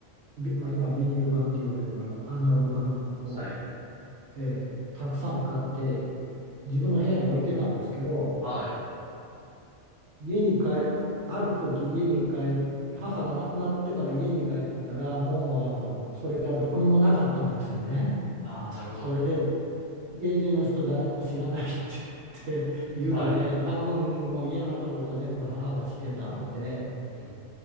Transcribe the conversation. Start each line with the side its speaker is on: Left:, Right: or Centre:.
Right: ビまあ、今ビニール版って言われるあのアナログ版を、
Left: はい。
Right: えーたくさん買って自分の部屋に置いてたんですけど
Left: はい。
Right: 家に帰ある時家に帰っ母が亡くなってから家に帰ったらもうあのそれがどこにもなかったんですよね。
Left: ああ、なるほど。
Right: それで家中の人誰も知らないって言って言うので多分もう家の中のことは全部母がしてたので、
Left: はい。うん、